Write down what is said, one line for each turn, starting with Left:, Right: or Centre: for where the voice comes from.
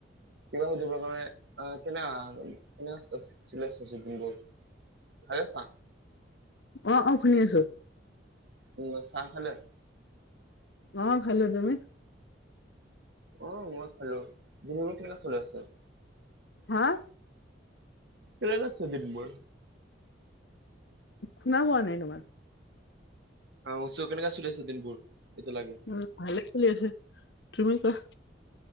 Right: কিবা সুধিবৰ কাৰণে আ কেনেকাকে কেনেকা চা আছিলে <unintelligible> বোৰ আৰে চা
Left: অঁ, অ শুনি আছোঁ।
Right: উম, চাহ খালে?
Left: অঁ, খালো তুমি?
Right: অঁ, মই খালো। দিনবোৰ কেনে চলি আছে?
Left: হাঁ।
Right: কেনেকুৱা চলিছে দিনবোৰ?
Left: শুনা পোৱা নাই তোমাৰ
Right: অঁ উৎসৱত কেনেকা চলি আছে দিনবোৰ এতিয়ালৈকে?
Left: অঁ, ভাল চলি আছে। তুমি কোৱা?